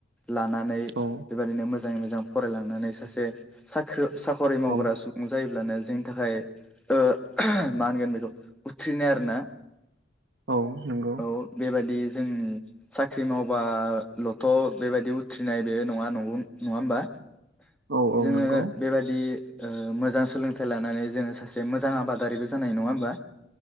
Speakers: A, in the centre; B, on the right.
A: लानानै
B: औ
A: बेबायदिनो मोजाङै मोजां फरायलांनानै सासे साख्रि साखरि मावग्रा
B: औ
A: सुबुं जायोब्लानो जोंनि थाखाय ओ मा होनगोन बेखौ उथ्रिनाय आरोना
B: औ नंगौ
A: औ बेबादि जों साख्रि मावबाल'थ' बेबायदि उथ्रिनाय बे नङा नग नङा होमबा
B: औ औ
A: जोङो
B: नंगौ
A: बेबादि ओ मोजां सोलोंथाइ लानानै जोङो सासे मोजां आबादारिबो जानाय नङा होमबा